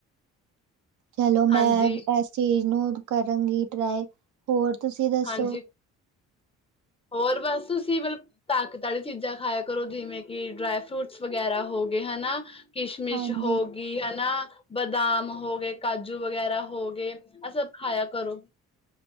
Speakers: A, on the right; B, on the left.
A: ਹੈਲੋ ਮੈਮ
B: ਹਾਂਜੀ
A: ਐਸ ਚੀਜ਼ ਨੂੰ ਕਰਾਂਗੀ ਟਰਾਈ ਹੋਰ ਤੁਸੀਂ ਦੱਸੋ।
B: ਹਾਂਜੀ ਹੋਰ ਬਸ ਸਿਵਲ ਤਾਕਤ ਵਾਲੀ ਚੀਜ਼ਾਂ ਖਾਇਆ ਕਰੋ ਜਿਵੇਂ ਕਿ ਡਰਾਈ ਫਰੂਟਸ ਵਗੈਰਾ ਹੋ ਗਏ ਹਨਾ। ਕਿਸ਼ਮਿਸ਼
A: ਹਾਂਜੀ
B: ਹੋ ਗ ਕਿ ਹਨਾ ਬਦਾਮ ਹੋ ਗਏ ਕਾਜੂ ਵਗੈਰਾ ਹੋ ਗਏ ਆਹ ਸਭ ਖਾਇਆ ਕਰੋ।